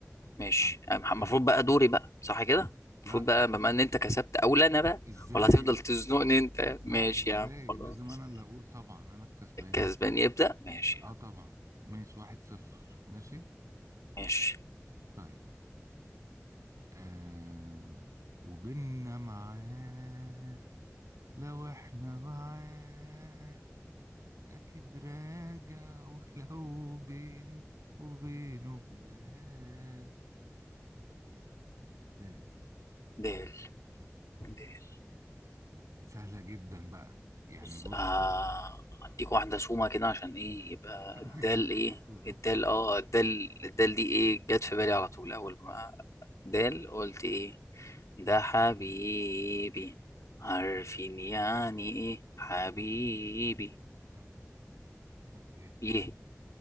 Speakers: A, on the left; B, on the right.
A: ماشي
B: طيب
A: أنا
B: يلا
A: المفروض بقى دوري بقى صح كده المفروض
B: لا
A: بقى بما ان انت كسبت اولى انا بقى
B: ازاي
A: ولا هتفضل تزنقني انت
B: لا
A: ماشي
B: ازاي
A: يا عم خلاص
B: لازم انا اللي اقول طبعا انا الكسبان
A: الكسبان يبدأ ماشي يا
B: اه
A: عم.
B: طبعا ماشي واحد صفر ماشي
A: ماشي
B: طيب آه وبيننا معاد لو احنا بعاد اكيد راجع ولو <laughs> بيني وبينه بلاد تاني.
A: دال دال
B: سهلة جدا بقى يعني
A: بص
B: بص
A: آه
B: بقى
A: هديك واحدة سومة كده عشان ايه يبقى
B: <laughs> اديك
A: الدال
B: واحدة
A: ايه
B: صوم
A: الدال اه الدال الدال دي ايه جت في بالي على طول اول ما دال قلت ايه ده حبيبي عارفين يعني ايه حبيبي
B: آه. يه.
A: يه